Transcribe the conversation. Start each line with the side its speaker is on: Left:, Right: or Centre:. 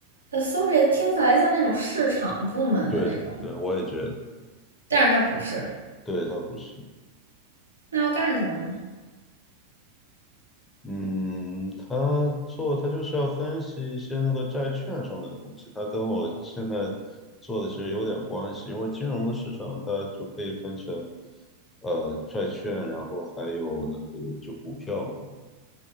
Right: associate 听起来像那种市场部门的那种，
Left: 对，对，我也觉得，
Right: 但是他不是，
Left: 对，他不是，
Right: 那要干什么呢？
Left: 嗯，他做他就是要分析一些那个债券上面的东西，他跟我现在做的其实有点关系，因为金融的市场它就可以分成。呃，债券，然后还有那个就股票，